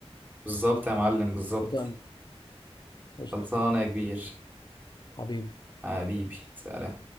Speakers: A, on the right; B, on the left.
A: بالظبط يا معلم بالظبط
B: اتفقنا قشطه
A: خلصانة يا كبير
B: حبيبي
A: حبيبي سلام